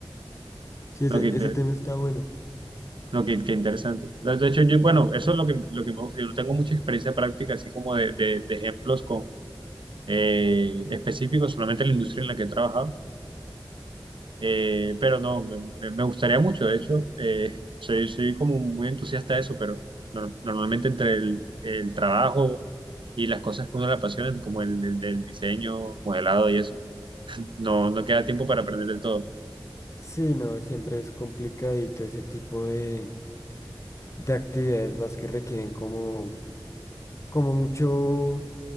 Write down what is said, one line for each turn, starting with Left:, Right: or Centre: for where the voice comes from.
Left: Sí, ese,
Right: No, que inter-
Left: ese tema está bueno.
Right: No, qué, qué interesante. De de hecho, yo, bueno, eso es lo que, lo que me gusta. Yo no tengo mucha experiencia práctica, así como de, de- de ejemplos con, eh, específicos, solamente en la industria en la que he trabajado. Eh, pero no, me, me- me gustaría mucho. De hecho, eh, soy, soy como muy entusiasta de eso, pero nor- normalmente entre el, el trabajo y las cosas que uno le apasionan, como el, el- el diseño, modelado y eso, <laughs> no, no queda tiempo para aprender del todo.
Left: Sí, no, siempre es complicadito ese tipo de, de actividades más que requieren como, como mucho